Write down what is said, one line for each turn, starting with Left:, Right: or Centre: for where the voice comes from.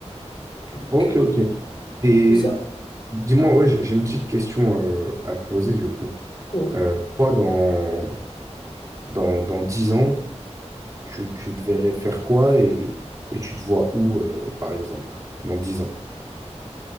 Left: Donc,
Right: Ok,
Left: euh,
Right: ok. Et
Left: c'est ça,
Right: dis-moi, ouais, j'ai j'ai une petite question euh, à te poser du coup.
Left: oui.
Right: Euh, toi, dans, dans, dans 10 ans, tu, tu te verrais faire quoi et, et tu te vois où, euh, par exemple, dans 10 ans?